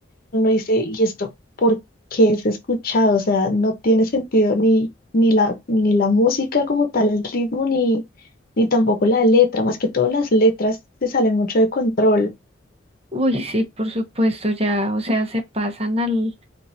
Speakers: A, on the left; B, on the right.
A: Uno dice, ¿y esto por qué es escuchado? O sea, no tiene sentido ni, ni la, ni la música como tal, el ritmo, ni, ni tampoco la letra. Más que todo las letras se salen mucho de control.
B: Uy, sí, por supuesto, ya, o sea, se pasan al,